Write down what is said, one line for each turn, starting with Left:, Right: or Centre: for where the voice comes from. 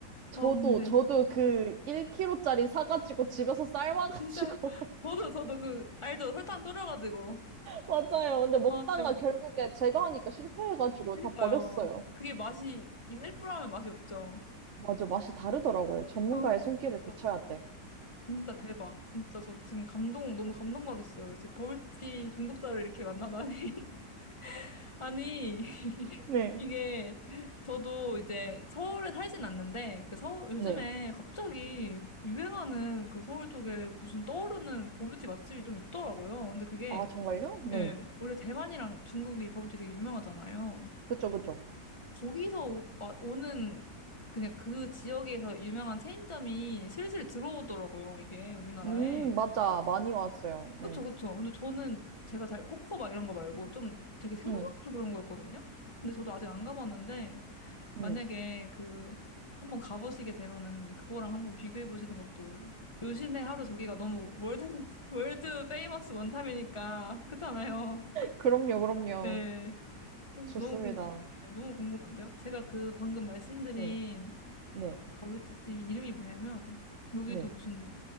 Right: 저도,
Left: 와, 근데
Right: 저도 그 1kg짜리 사가지고 집에서 삶아가지고
Left: 진짜 저도 저도 그 알죠? 설탕 졸여가지고.
Right: 맞아요. 근데 먹다가
Left: 아, 대박.
Right: 결국에 제가 하니까 실패해가지고
Left: 그니까요.
Right: 다 버렸어요.
Left: 그게 맛이 이 셀프라면 맛이 없죠.
Right: 맞아, 맛이 다르더라고요. 전문가의
Left: 아,
Right: 손길을
Left: 대박.
Right: 거쳐야 돼.
Left: 진짜 대박. 진짜 저 지금 감동, 너무 감동받았어요. 지금 버블티 중독자를 이렇게 만나다니. <laughs> 아니, <laughs>
Right: 네.
Left: 이게 저도 이제 서울에 살진 않는데 그 서 요즘에
Right: 네.
Left: 갑자기 유행하는 그 서울 쪽에 무슨 떠오르는 버블티 맛집이 좀 있더라고요. 근데 그게,
Right: 아, 정말요? 네.
Left: 예, 원래 대만이랑 중국이 버블티 되게 유명하잖아요.
Right: 그쵸, 그쵸.
Left: 거기서 오, 와- 오는 그냥 그 지역에서 유명한 체인점이 슬슬 들어오더라고요, 이게 우리나라에.
Right: 음, 맞아. 많이 왔어요. 네.
Left: 그쵸, 그쵸. 근데 저는 제가 잘 코코 막 이런 거 말고 좀 되게 생소한
Right: 응.
Left: 그런 거였거든요. 근데 저도 아직 안 가봤는데
Right: 네.
Left: 만약에 그 한번 가보시게 되면은 그거랑 한번 비교해 보시는 것도 요신의 하루 저기가 너무 월드 <laughs> 월드 페이머스 원탑이니까 그렇잖아요.
Right: 그럼요, 그럼요.
Left: 네. 음,
Right: 좋습니다.
Left: 너무 궁, 네, 너무 궁금한데요? 제가 그 방금 말씀드린
Right: 네, 네,
Left: 버블티집 이름이 뭐냐면 여기도
Right: 네,
Left: 무슨